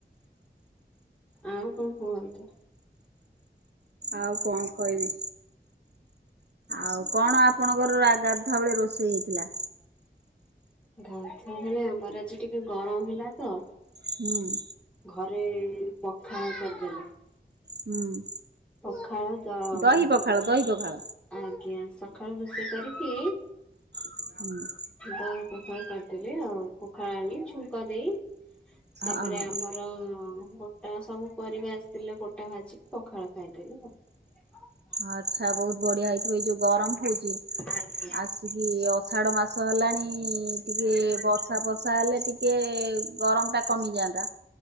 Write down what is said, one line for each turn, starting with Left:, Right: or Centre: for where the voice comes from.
Centre: ଆଉ କ'ଣ କୁହନ୍ତୁ?
Right: ଆଉ କ'ଣ କହିବି। ଆଉ କଣ ଆପଣଙ୍କର ଆଠଟା ବେଳେ ରୋଷେଇ ହେଇଥିଲା?
Centre: ଗାଧୁଆ ବେଳେ ଆମର ଆଜି ଟିକେ ଗରମ ହେଲା ତ
Right: ହୁଁ
Centre: ଘରେ ପଖାଳ କରିଦେଲେ।
Right: ହୁଁ
Centre: ପଖାଳ ତ
Right: ଦହି
Centre: ଉଁ
Right: ପଖାଳ
Centre: ଉଁ ଉଁ
Right: ଦହି ପଖାଳ।
Centre: ଆଜ୍ଞା। ସଖାଳୁ ରୋଷେଇ କରିକି
Right: <unintelligible>
Centre: ଦହି ପଖାଳ କରିଦେଲି ଆଉ ପୋଖାଳ ଆଣି ଛୁଙ୍କ ଦେଇ। ତା'ପରେ
Right: ହଁ ହଁ
Centre: ଆମର ଅଅ ବୋଟା ସବୁ ପରିବା ଆସିଥିଲା ବୋଟା ଭାଜିି ପଖାଳ ଖାଇଦେଲୁ ଆଉ ।
Right: ଆଚ୍ଛା, ବହୁତ ବଢ଼ିଆ ହେଇଥିବ, ଏଇ ଯୋଉ ଗରମ ହଉଛି
Centre: ଆଜ୍ଞା।
Right: ଆସିକି ଇ ଆଷାଢ ମାସ ହେଲାଣି ଇ ଟିକେ ବର୍ଷା ଫର୍ଷା ହେଲେ ଟିକେ ଗରମ ଟା କମିଯାଆନ୍ତା।